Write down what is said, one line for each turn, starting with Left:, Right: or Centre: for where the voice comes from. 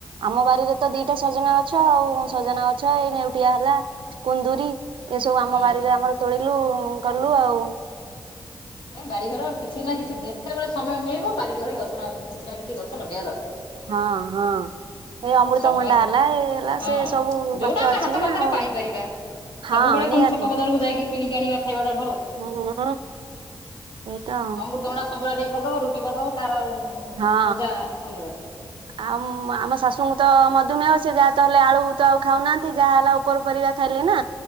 Right: ଆମ ବାରିରେ ତ ଦିଟା ସଜନା ଗଛ ଆଉ ସଜନା ଗଛ ଏଇ ନେଉଟିଆ ହେଲା କୁନ୍ଦୁରୀ ଏ ସବୁ ଆମ
Left: ହୁଁ।
Right: ବାରିରେ ଆମର ତୋଳିଲୁ ଗଲୁ ଆଉ।
Left: ବାରିଘର କିଛି ନା କିଛି ଯେତେବେଳେ ସମୟ ମିଳିବ ବାରିଘର ଗଛ ନା କିଛି ନା କିଛି ଗଛ ଲଗେଇଆ ଦରକାର।
Right: ହଁଅଁ ହଁଅଁ। ଏଇ ଅମୃତଭଣ୍ଡା
Left: ସମୟ
Right: ହେଲା ଏଇ ହେଲା
Left: ହଁ
Right: ସେ ସବୁ
Left: ଯୋଉଟା
Right: ଗଛ
Left: ଆମେ
Right: ଅଛି
Left: ହାତ
Right: ନା
Left: ପାନ୍ତାରେ
Right: ଆଉ।
Left: ପାଇପାରିବା।
Right: ହଁ
Left: ସବୁବେଳେ
Right: ନିହାତି
Left: କଣ ଛକ ବଜାରକୁ ଯାଇକି କିଣିକି ଆଣିବା ଖାଇବାଟା ଭଲ।
Right: ହୁଁ ସେଇତ ଆଉ।
Left: ଅମୃତଭଣ୍ଡା ସନ୍ତୁଳା ଟିକେ କରିଦବ ରୁ ଟି କରିଦବ ତାର ଉଁ
Right: ହଁ
Left: ମଜା ଅଲଗା।
Right: ଆଉ ଉମ ଆମ ଶାଶୁଙ୍କୁ ତ ମଧୁମେହ ସେ ଯାହା ତ ହେଲେ ଆଳୁ ତ ଆଉ ଖାଉନାହାନ୍ତି ଯାହା ହେଲା ଉପର ପରିବା ଖାଇଲେନା